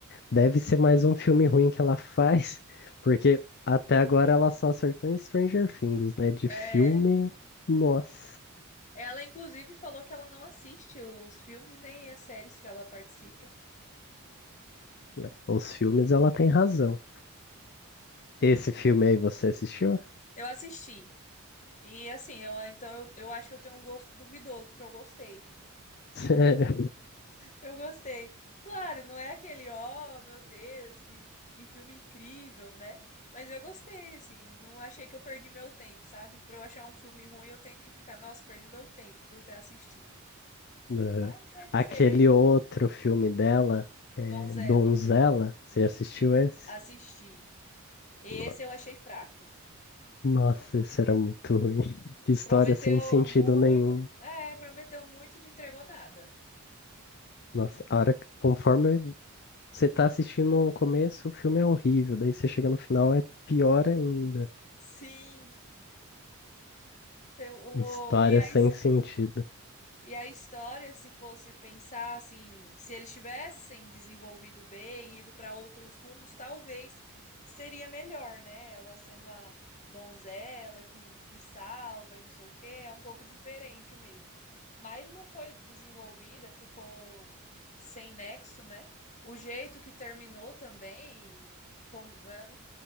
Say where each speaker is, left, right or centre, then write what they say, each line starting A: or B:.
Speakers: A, on the left; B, on the left.
A: deve ser mais um filme ruim que ela faz, <laughs> porque até agora ela só acertou em Stranger Things, né? De
B: É.
A: filme, nossa,
B: Ela, inclusive, falou que ela não assiste os filmes nem as séries que ela participa.
A: né? Os filmes ela tem razão. Esse filme aí você assistiu?
B: Eu assisti. E assim, eu então eu, eu acho que eu tenho um gosto duvidoso, porque eu gostei.
A: <laughs> Sério?
B: Eu gostei. Claro, não é aquele, ó, meu Deus, que, que filme incrível, né? Mas eu gostei, assim, eu não achei que eu perdi meu tempo, sabe? Pra eu achar um filme ruim, eu tenho que ficar, nossa, perdi meu tempo por ter assistido.
A: Aham.
B: Mas é diferente.
A: Aquele outro filme dela, é,
B: Donzela,
A: Donzela, você assistiu esse?
B: assisti. Esse
A: Nossa.
B: eu achei fraco.
A: Nossa, isso era muito ruim. <laughs> Que história
B: Prometeu
A: sem sentido
B: muito.
A: nenhum.
B: É, prometeu muito, não entregou nada.
A: Nossa, a hora, que- conforme você tá assistindo o começo, o filme é horrível. Daí você chega no final, é pior ainda.
B: Sim, seu- o-
A: História
B: e aí
A: sem sentido.
B: E a história, se fosse pensar assim, se eles tivessem desenvolvido bem, ido para outros rumos, talvez seria melhor, né? Ela sendo a donzela que, que salva e não sei o quê, é um pouco diferente mesmo. Mas não foi desenvolvida, ficou sem nexo, né? O jeito que terminou também, como é,